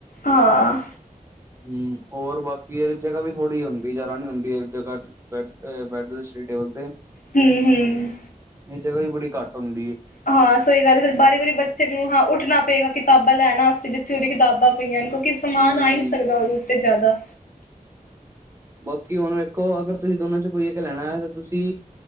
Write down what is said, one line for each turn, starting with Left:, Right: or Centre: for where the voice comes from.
Left: ਹਾਂ।
Right: ਹੂ ਹੋਰ ਬਾਕੀ ਇਹ ਜਗ੍ਹਾ ਵੀ ਥੋੜ੍ਹੀ ਹੁੰਦੀ ਜਿਆਰਾ ਨੀ ਹੁੰਦੀ ਜਗ੍ਹਾ ਚ ਬੈ ਬੈਡੂਲਨ ਸਟੇਡੀ ਬਲ ਤੇ
Left: ਹਮ ਹਮ
Right: ਇਹ ਜਗ੍ਹਾ ਵੀ ਬੜੀ ਘੱਟ ਹੁੰਦੀ ਏ
Left: ਹਾਂ ਸਹੀ ਗੱਲ ਏ ਫੇਰ ਬਾਰੀ ਵਾਰੀ ਨੂੰ ਹਾਂ ਉੱਠਣਾ ਪਏਗਾ ਕਿਤਾਬਾਂ ਲੈਣ ਵਾਸਤੇ ਜਿੱਥੇ ਉਹਦੀ ਕਿਤਾਬਾਂ ਪਈਆਂ ਹਨ ਕਿਉਂਕਿ ਸਮਾਨ
Right: ਹਮ
Left: ਆ ਹੀ ਨਹੀਂ ਸਕਦਾ ਉਹ ਤੇ ਜ਼ਿਆਦਾ
Right: ਬਾਕੀ ਹੁਣ ਵੇਖੋ ਅਗਰ ਤੁਸੀਂ ਦੋਨਾਂ ਚ ਕੋਈ ਇਕ ਲੈਣਾ ਹੈ ਤਾਂ ਤੁਸੀਂ